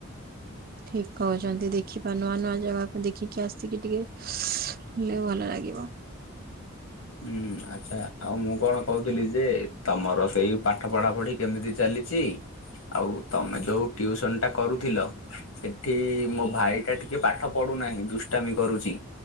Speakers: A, on the right (about 45°); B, on the left (about 85°).
A: ଠିକ କହୁଛନ୍ତି ଦେଖିବା ନୂଆ ନୂଆ ଜାଗାକୁ ଦେଖିକି ଆସିକି ଟିକେଲେ ଭଲ ଲାଗିବ।
B: ହୁଁ ଆଚ୍ଛା ଆଉ ମୁଁ କଣ କହୁଥିଲି ଯେ ତମର ସେଇ ପାଠ ପଢା ପଢି କେମିତି ଚାଲିଛି ଆଉ ତମେ ଯୋଉ ଉସନ ଟା କରୁଥିଲ। ସେଠି ମୋ ଭାଇ ଟା ଟିକେ ପାଠ ପଢୁନାହିଁ ଦୁଷ୍ଟାମି କରୁଛି।